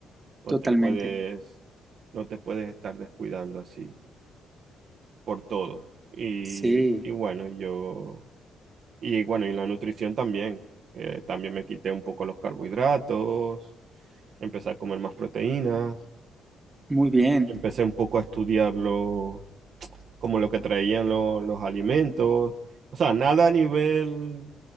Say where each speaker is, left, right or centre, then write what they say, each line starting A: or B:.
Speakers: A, on the right (about 60°); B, on the right (about 20°).
A: No
B: totalmente.
A: te puedes, no te puedes estar descuidando así. por todo. Y,
B: Sí,
A: y bueno, yo, y bueno, y la nutrición también. Eh, también me quité un poco los carbohidratos, empecé a comer más proteínas,
B: muy bien.
A: empecé un poco a estudiar lo- como lo que traían lo- los alimentos. O sea, nada a nivel